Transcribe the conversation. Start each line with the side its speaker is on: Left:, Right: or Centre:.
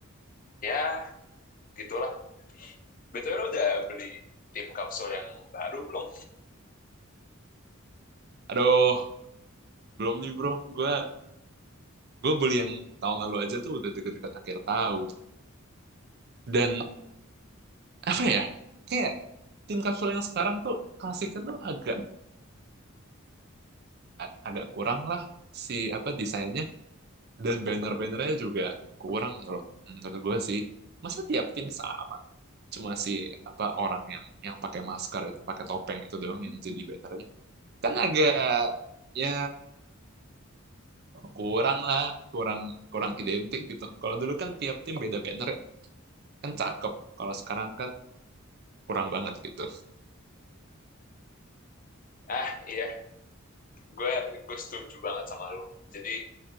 Left: Ya, gitulah. Betul lu udah beli tim kapsul yang baru belum?
Right: Aduh, belum nih bro. Gue gue beli yang tahun lalu aja tuh udah deket-deket akhir tahun. Dan apa ya? kayak tim kapsul yang sekarang tuh klasiknya tuh agak a- agak kurang lah si apa desainnya dan banner-bannernya juga kurang menurut menurut gue sih masa tiap tim sama cuma si apa orang yang yang pakai masker itu pakai topeng itu doang yang jadi bannernya kan agak ya kurang lah kurang kurang identik gitu kalau dulu kan tiap tim beda banner ya, kan cakep kalau sekarang kan kurang banget gitu
Left: Ah iya, gue gue setuju banget sama lo. Jadi